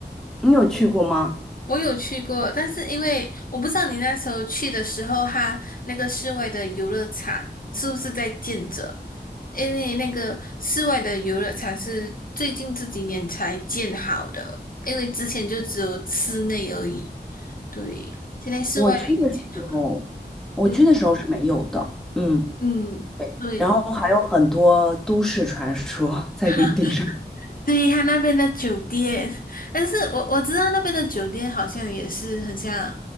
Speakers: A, in the centre; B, on the left (about 55°).
A: 你有去过吗？
B: 我有去过，但是因为我不知道你那时候去的时候，它那个室外的游乐场是不是在建着？因为那个室外的游乐场是最近这几年才建好的，因为之前就只有室内而已。对，现在室外的也建好了。
A: 我去的时候，我去的时候是没有的，
B: 嗯
A: 嗯，
B: 嗯，对。
A: 然后还有很多都市传说 <laughs> 在云顶上。
B: <laughs> 对，他那边的酒店，但是我我知道那边的酒店好像也是很像，